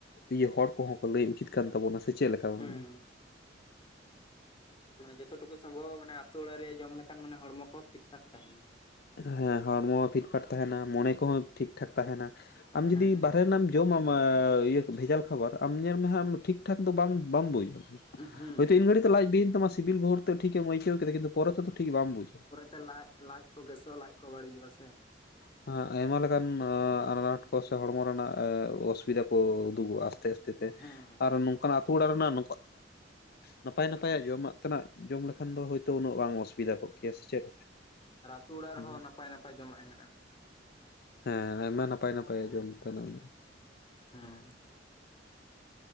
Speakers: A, on the left; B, on the left.
A: ᱤᱭᱟᱹ ᱦᱚᱲ ᱠᱚᱦᱚᱸ ᱠᱚ ᱞᱟᱹᱭ ᱩᱪᱤᱛ ᱠᱟᱱ ᱛᱟᱵᱚᱱᱟ ᱥᱮ᱾ ᱪᱮᱫ ᱞᱮᱠᱟ ᱢᱟᱱᱮ
B: ᱦᱩᱸ ᱢᱟᱱᱮ ᱡᱚᱛᱚ ᱴᱩᱠᱩ ᱥᱚᱢᱵᱷᱚᱣ ᱢᱟᱱᱮ ᱟᱛᱳ ᱚᱲᱟᱜ ᱨᱮᱭᱟᱜ ᱡᱚᱢ ᱞᱮᱠᱷᱟᱱ ᱢᱟᱱᱮ ᱦᱚᱲᱢᱚ ᱠᱚ ᱦᱚᱸ ᱯᱷᱤᱴ ᱯᱷᱟᱴ ᱛᱟᱦᱮᱱᱟ᱾
A: ᱦᱮᱸ ᱦᱚᱲᱢᱚ ᱯᱷᱤᱴ ᱯᱷᱟᱴ ᱛᱟᱦᱮᱱᱟ ᱢᱚᱱᱮ ᱠᱚᱦᱚᱸ ᱴᱷᱤᱠ ᱴᱷᱟᱠ ᱛᱟᱦᱮᱱᱟ ᱟᱢ
B: ᱦᱮᱸ
A: ᱡᱩᱫᱤ ᱵᱟᱦᱨᱮ ᱨᱮᱱᱟᱜᱼᱼ ᱡᱚᱢᱟᱢ ᱟᱻ ᱤᱭᱟᱹ ᱵᱷᱮᱡᱟᱞ ᱠᱷᱟᱵᱟᱨ ᱟᱢ ᱧᱮᱞ ᱢᱮ ᱦᱟᱸᱜ ᱟᱢ‌ ᱴᱷᱤᱠ ᱴᱷᱟᱠ ᱫᱚ ᱵᱟᱢ ᱵᱟᱢ ᱵᱩᱡᱟ᱾
B: ᱦᱩᱸ
A: ᱦᱳᱭᱛᱚ ᱤᱱ ᱜᱷᱟᱹᱲᱤ ᱛᱚ ᱞᱟᱡ ᱵᱤᱭᱮᱱ ᱛᱟᱢᱟ ᱥᱤᱵᱤᱞ ᱵᱷᱳᱨ ᱛᱮ ᱴᱷᱤᱠᱮᱢ ᱟᱹᱭᱠᱟᱹᱣ ᱠᱮᱫᱟ ᱠᱤᱱᱛᱩ ᱯᱚᱨᱮ ᱛᱮᱫᱚ ᱴᱷᱤᱠ ᱵᱟᱢ ᱵᱩᱡᱟ᱾
B: ᱛᱮ ᱞᱟᱡ ᱞᱟᱡ ᱠᱚ ᱜᱮᱥᱚᱜ-ᱟ ᱞᱟᱡ ᱠᱚ ᱵᱟᱹᱲᱤᱡᱚᱜ-ᱟ ᱥᱮ᱾
A: <inaudible> ᱟᱸ ᱟᱭᱢᱟ ᱞᱮᱠᱟᱱ ᱟᱱᱟᱴ ᱠᱚ ᱥᱮ ᱦᱚᱲᱢᱚ ᱨᱮᱱᱟᱜ ᱚᱥᱩᱵᱤᱫᱟ ᱠᱚ ᱩᱫᱩᱜᱚᱜᱼᱟ ᱟᱥᱛᱮ ᱟᱥᱛᱮ ᱛᱮ
B: ᱦᱮᱸ
A: ᱟᱨ ᱱᱚᱝᱠᱟᱱᱟᱜ ᱟᱛᱩ ᱚᱲᱟᱜ ᱨᱮᱱᱟᱜ ᱱᱟᱯᱟᱭ ᱱᱟᱯᱟᱭᱟᱜ ᱡᱚᱢᱟᱜ ᱛᱮᱱᱟᱜ ᱡᱚᱢ ᱞᱮᱠᱷᱟᱱ ᱫᱚ ᱦᱚᱭᱛᱚ ᱩᱱᱟᱹᱜ ᱵᱟᱝ ᱚᱥᱩᱵᱤᱫᱷᱟ ᱠᱚᱜ ᱠᱮᱭᱟ ᱥᱮ ᱪᱮᱫ?
B: ᱟ. ᱛᱩ ᱚᱲᱟᱜ
A: ᱦᱮᱸ
B: ᱨᱮᱦᱚᱸ ᱱᱟᱯᱟᱭ ᱱᱟᱯᱟᱭ ᱡᱚᱢᱟᱜ ᱦᱮᱱᱟᱜᱼᱟ᱾
A: ᱦᱮᱸ ᱟᱭᱢᱟ ᱱᱟᱯᱟᱭ ᱱᱟᱯᱟᱭ ᱡᱚᱢᱛᱮᱱᱟᱜᱼᱼ
B: ᱦᱮᱸᱻ